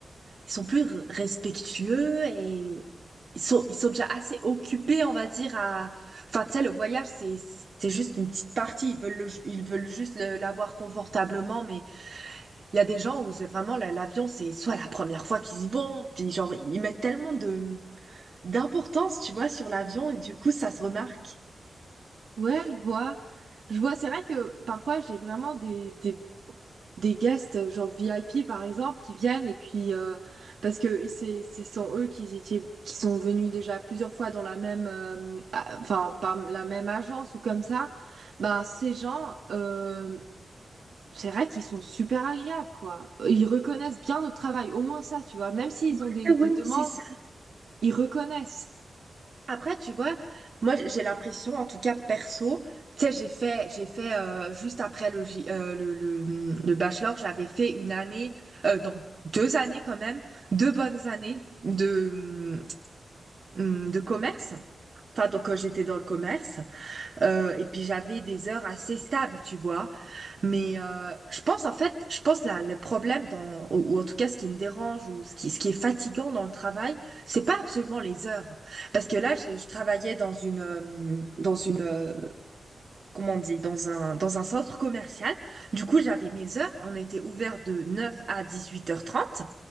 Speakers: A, on the right; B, on the right.
A: ils sont plus r- respectueux et ils sont, ils sont déjà assez occupés, on va dire, à... Enfin, tu sais, le voyage, c'est, c'est juste une petite partie. Ils veulent, le- ils veulent juste le- l'avoir confortablement, mais il y a des gens où c'est vraiment la- l'avion, c'est soit la première fois qu'ils y vont, puis genre, ils mettent tellement de, d'importance, tu vois, sur l'avion, et du coup, ça se remarque.
B: Ouais, je vois, je vois. C'est vrai que parfois, j'ai vraiment des, des des guests euh, genre VIP par exemple qui viennent et puis euh, parce que c'est c'est sont eux qui étaient qui sont venus déjà plusieurs fois dans la même euh, a- enfin par la même agence ou comme ça ben ces gens euh, c'est vrai qu'ils sont super agréables quoi ils reconnaissent bien notre travail au moins ça tu vois même s'ils
A: Ouais,
B: ont des
A: ouais,
B: des demandes
A: c'est ça.
B: ils reconnaissent
A: Après, tu vois, moi j'ai l'impression, en tout cas perso, tu sais, j'ai fait, j'ai fait euh, juste après le, J- euh, le, le, le bachelor, j'avais fait une année, euh, donc deux années quand même, deux bonnes années de, hum, de commerce. Enfin, donc euh, j'étais dans le commerce. Euh, et puis j'avais des heures assez stables, tu vois. Mais euh, je pense en fait, je pense là, le problème dans, ou, ou en tout cas ce qui me dérange ou ce qui, ce qui est fatigant dans le travail, c'est pas absolument les heures. Parce que là, j'ai- je, travaillais dans une, euh, dans une, euh, comment on dit, dans un, dans un centre commercial. Du coup, j'avais mes heures. On était ouvert de 9 à 18h30.